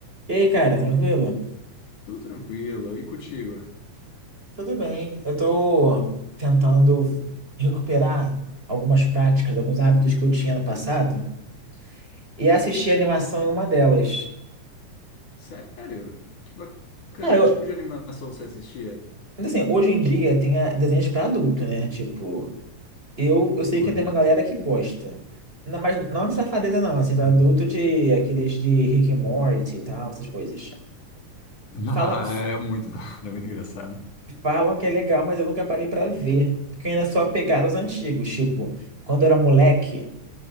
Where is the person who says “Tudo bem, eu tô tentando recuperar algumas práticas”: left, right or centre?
Right